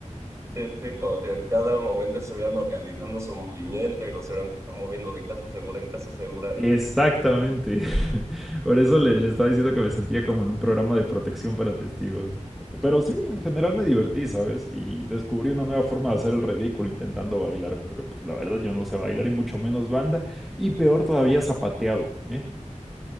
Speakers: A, on the right; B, in the centre.
A: Sí, sí, como si en cada momento estuvieran organizando su movimiento y los hubieran que estar moviendo de casa segura en casa segura, ¿no?
B: Exactamente. <laughs> Por eso le, le estaba diciendo que me sentía como en un programa de protección para testigos. Pero sí, en general me divertí, ¿sabes? Y descubrí una nueva forma de hacer el ridículo intentando bailar, porque pues la verdad yo no sé bailar y mucho menos banda, y peor todavía zapateado, ¿eh?